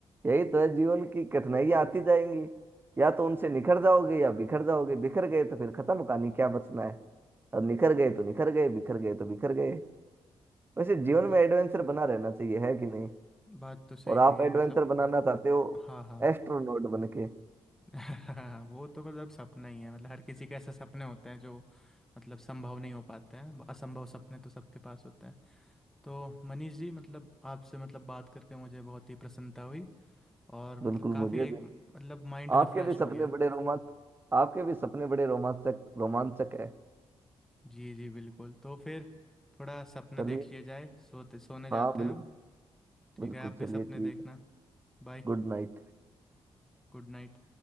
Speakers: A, on the right; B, in the centre.
A: यही तो है जीवन की कठिनाइयां आती जाएंगी या तो उनसे निखर जाओगे या बिखर जाओगे बिखर गए तो फिर खत्म कहानी क्या बचना है और निखर गए तो निखर गए बिखर गए तो बिखर गए वैसे जीवन
B: बात
A: में एडवेंचर बना रहना चाहिए है कि नहीं
B: बात तो सही
A: और आप
B: कही है
A: एडवेंचर
B: मतलब
A: बनाना चाहते हो
B: हाँ हाँ
A: एस्ट्रोनॉट बन के
B: <laughs> वो तो मतलब सपना ही है मतलब हर किसी के ऐसे सपने होते हैं जो मतलब संभव नहीं हो पाते हैं असंभव सपने तो सबके पास होते हैं तो मनीष जी मतलब आपसे मतलब बात करके मुझे बहुत ही प्रसन्नता हुई और मतलब
A: बिल्कुल
B: काफ़ी
A: मुझे
B: एक
A: भी
B: मतलब माइंड रिफ़्रेश
A: आपके भी
B: हो
A: सपने
B: गया
A: बड़े रोमांच आपके भी सपने बड़े रोमांचक रोमांचक है
B: जी जी बिल्कुल तो फिर थोड़ा सपने
A: चलिए
B: देख लिए जाए सोते सोने जाते
A: हाँ बिल्कुल
B: हैं अब ठीक
A: बिल्कुल
B: है आप भी
A: चलिए
B: सपने
A: ठीक
B: देखना
A: है
B: बाय
A: Good night
B: Good night